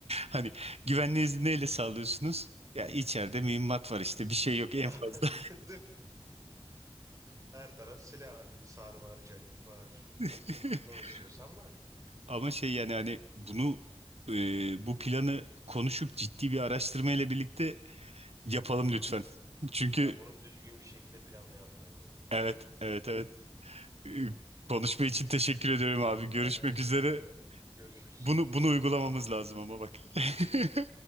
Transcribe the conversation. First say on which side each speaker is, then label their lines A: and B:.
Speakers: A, on the right; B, on the right.
A: hani güvenliğinizi neyle sağlıyorsunuz? Ya içeride mühimmat var işte bir şey
B: <laughs>
A: yok
B: Ya,
A: en fazla.
B: Dedim. Her taraf silah abi. Sar var, canik var.
A: <laughs>
B: Ne istiyorsan var.
A: Ama şey yani hani bunu e, bu planı konuşup ciddi bir araştırma ile birlikte yapalım lütfen. Çünkü
B: Ya bunu düzgün bir şekilde planlayalım bence de.
A: evet evet evet. E, Konuşma için teşekkür ediyorum abi. Görüşmek
B: Ben de teşekkür
A: üzere.
B: ederim. Görüşürüz.
A: Bunu bunu uygulamamız lazım ama bak. <laughs>
B: Kesinlikle.